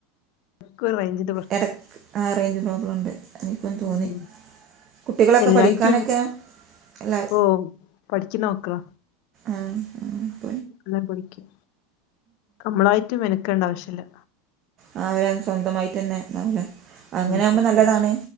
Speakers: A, on the left (about 55°); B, on the right (about 40°).
A: ക്ക് ഒരു റേഞ്ച്
B: എടക്ക് ആ റേഞ്ച് പ്രോബ്ലംണ്ട്. എനിക്കും തോന്നി
A: ഉം
B: കുട്ടികളൊക്കെ
A: എല്ലാർക്കും
B: പഠിക്കാനൊക്കെ
A: ഉണ്ട്
B: എല്ലെ.
A: ഓ പഠിക്കുന്ന മക്കള.
B: ആഹ്.
A: നല്ലോം പഠിക്കും അമ്മളായിട്ട് മെനക്കേണ്ട ആവശ്യല്ല.
B: ആ അവരെന്നെ സ്വന്തമായിട്ട് തന്നെവൂലെ അങ്ങനെ
A: ഉം
B: ആവുമ്പോ
A: പഠിക്കും
B: നല്ലതാണ്.